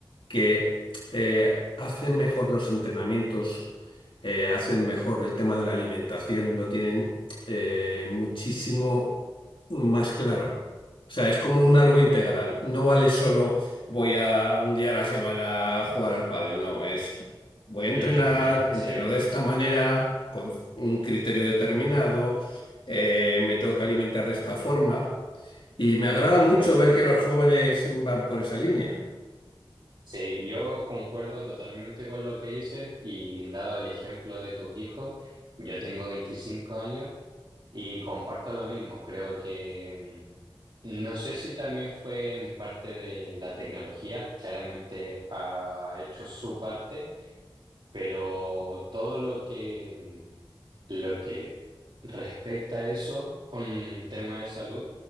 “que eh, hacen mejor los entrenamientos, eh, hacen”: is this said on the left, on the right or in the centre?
Left